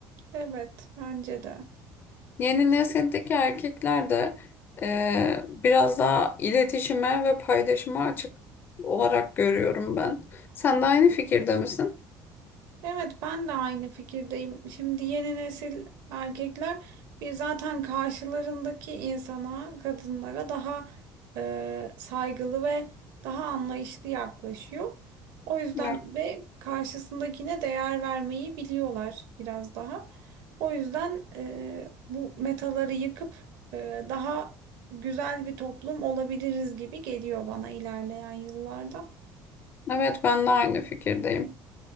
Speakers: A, on the right; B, on the left.
A: evet bence de.
B: Yeni nesildeki erkekler de e, biraz daha iletişime ve paylaşıma açık olarak görüyorum ben. Sen de aynı fikirde misin?
A: Evet ben de aynı fikirdeyim. Şimdi yeni nesil erkekler bir zaten karşılarındaki insana, kadınlara daha e, saygılı ve daha anlayışlı yaklaşıyor. O yüzden
B: Evet,
A: ve karşısındakine değer vermeyi biliyorlar biraz daha. O yüzden e, bu metaları yıkıp e, daha güzel bir toplum olabiliriz gibi geliyor bana ilerleyen yıllarda.
B: Evet, ben de aynı fikirdeyim.